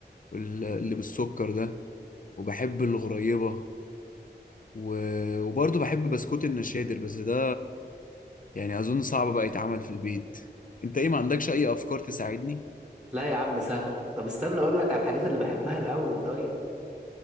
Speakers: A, on the left; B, in the centre.
A: واللي بالسكر ده وبحب الغريبة و... وبرضه بحب بسكوت النشادر بس ده يعني أظن صعب بقى يتعمل في البيت انت ايه ما عندكش اي افكار تساعدني
B: لا يا عم سهل طب استنى اقول لك على الحاجات اللي بحبها الاول طيب